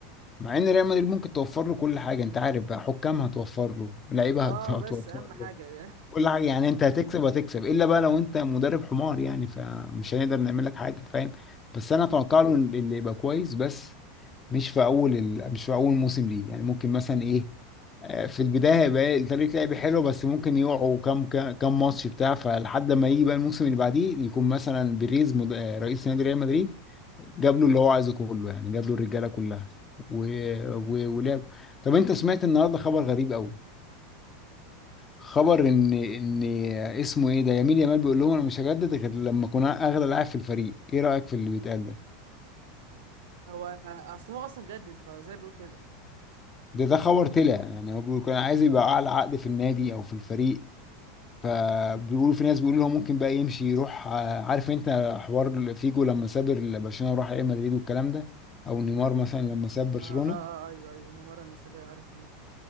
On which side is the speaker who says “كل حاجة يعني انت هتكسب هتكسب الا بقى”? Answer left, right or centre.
Left